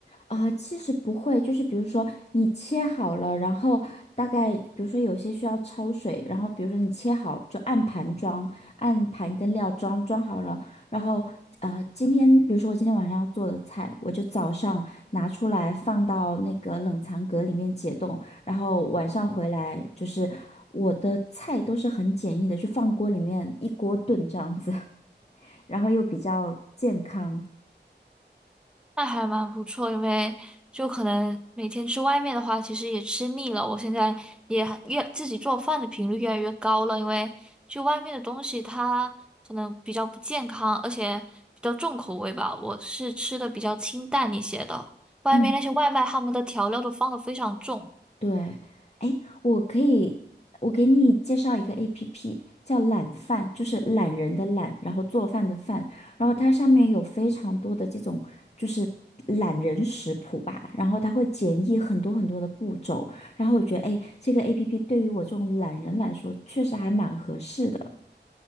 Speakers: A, on the left; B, in the centre.
A: 啊，其实不会，就是比如说你切好了，然后大概比如说有些需要焯水，然后比如说你切好就按盘装，按盘跟料装装好了，然后呃，今天比如说我今天晚上要做的菜，我就早上拿出来放到那个冷藏格里面解冻，然后晚上回来就是我的菜都是很简易的，就放锅里面一锅炖这样子，<laughs> 然后又比较健康。
B: 那还蛮不错，因为就可能每天吃外面的话，其实也吃腻了。我现在也越自己做饭的频率越来越高了，因为就外面的东西它可能比较不健康，而且比较重口味吧。我是吃的比较清淡一些的，外面那些外卖他们的调料都放的非常重。
A: 嗯。对，哎，我可以，我给你介绍一个 APP，叫懒饭，就是懒人的懒，然后做饭的饭，然后它上面有非常多的这种就是懒人食谱吧，然后它会简易很多很多的步骤，然后我觉得，哎，这个 APP 对于我这种懒人来说，确实还蛮合适的。